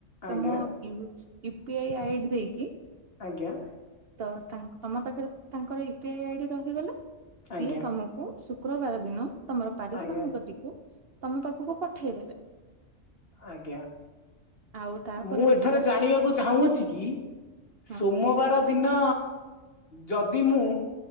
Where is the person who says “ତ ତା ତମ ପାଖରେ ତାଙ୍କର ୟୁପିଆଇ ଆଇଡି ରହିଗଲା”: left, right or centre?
Right